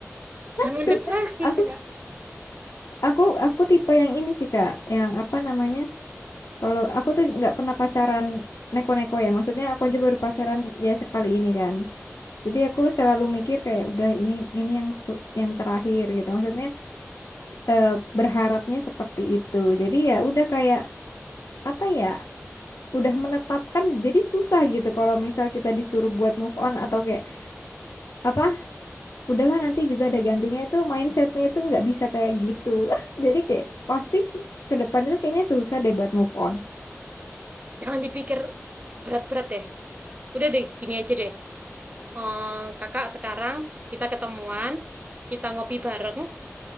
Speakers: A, on the right; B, on the left.
A: Jangan
B: Aduh,
A: depresi,
B: aku
A: Kak.
B: aku aku tipe yang ini sih Kak, yang apa namanya? Kalau aku tuh nggak pernah pacaran neko-neko ya. Maksudnya aku
A: Hmm.
B: aja baru pacaran ya sekali ini kan. Jadi aku selalu mikir kayak udah ini ini yang su- yang terakhir gitu. Maksudnya eh, berharapnya seperti itu. Jadi ya udah kayak apa ya? Udah menetapkan jadi susah gitu kalau misal kita disuruh buat move on atau kayak apa udahlah nanti juga ada gantinya itu mindsetnya itu nggak bisa kayak gitu <laughs> jadi kayak pasti ke depan itu kayaknya susah deh buat move on
A: Jangan dipikir berat-berat deh. Udah deh, gini aja deh. Eh, kakak sekarang kita ketemuan, kita ngopi bareng,